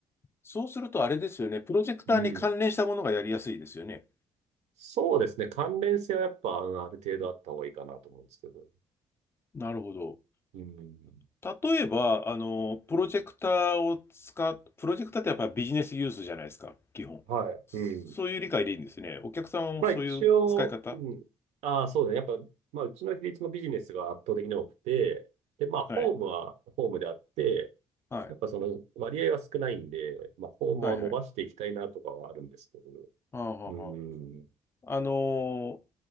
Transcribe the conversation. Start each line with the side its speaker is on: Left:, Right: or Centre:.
Left: そうするとあれですよね。プロジェクターに関連したものがやりやすいですよね。
Right: うん。そうですね。関連性はやっぱ、うんある程度あった方がいいかなと思うんですけど。
Left: なるほど。
Right: うん。
Left: た、例えば、あの、プロジェクターを使っ、プロジェクターってやっぱりビジネスユースじゃないですか、基本。
Right: はい。
Left: そういう理解でいいんですね。
Right: うん。
Left: お客様もそういう使い方
Right: まあ一応、うん。ああ、そうだね。やっぱ、まあうちの比率もビジネスが圧倒的に多くて、で、まあホームはホームであって、
Left: はい。はい。
Right: やっぱその割合は少ないんで、まあホームを伸ばしていきたいなとかはあるんですけど、
Left: はいはい。ああ、はあは
Right: うん。
Left: ああのー